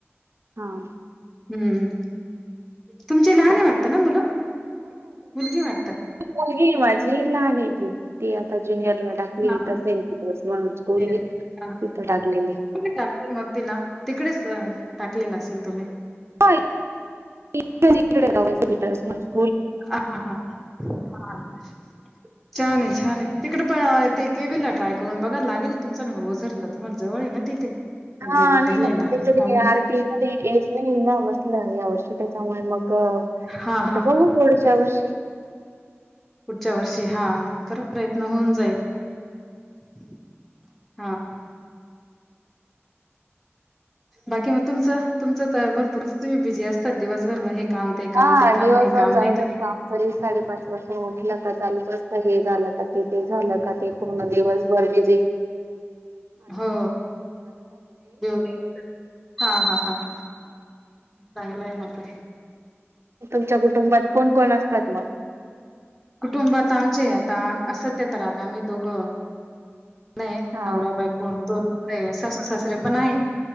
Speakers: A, on the right; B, in the centre.
A: हा <inaudible>
B: हम्म तुमचे लहान
A: हा.
B: वाटत ना मुलं? -मुलगी वाटत
A: मुलगीये माझी लहान आहे ती, ती आता ज्युनियर ज्यूनियरला टाकली
B: ना
A: इथे
B: हा
A: तिथ म्हणूल
B: तेच
A: <unintelligible> तिथं
B: हा
A: टाकलेली
B: कुठे टाकली मग तिला तिकडेच टाकलेलं असेल तुम्ही?
A: हा इकडे -जावा- पीट <unintelligible>
B: अ हा <unintelligible> हा <inaudible> छान आहे -छान आहे तिकडे पण ते केवीला ट्राय करून बघा लागेल तुमचा नंबर झरला तुम्हाला जवळ आहे ना तिथे
A: हा नाही
B: दिले
A: ना पटल इथं
B: फॉर्म
A: आर टीए मध्ये एज नाही ना बसलं या वर्षी त्याच्यामुळे मग हो
B: हा
A: आता
B: हा
A: बघू पुढच्यावर्षी
B: पुढच्या वर्षी, हा करा प्रयत्न होऊन जाईल. <inaudible> हा बाकी मग तुमच तुमच तर भरपूर तुम्ही बीजी असतात दिवसभर हे काम ते
A: हा
B: काम ते
A: दिवसभर
B: काम हे काम
A: चालूच
B: नाही का
A: असत तरी साडेपाचपासून उठलं का चालूत असत हे झालं का ते -ते झालं का ते पूर्ण दिवसभर बीजी
B: हो <inaudible> हा- हा -हा चांगलं आहे <inaudible> म आता
A: तुमच्या कुटुंबात कोण कोण असतात मग?
B: कुटुंबात आमचे आता सध्या तर आता आम्ही दोघं नाही
A: हा
B: नवरा बायको आणि दोन सासू सासरे पण आहेत.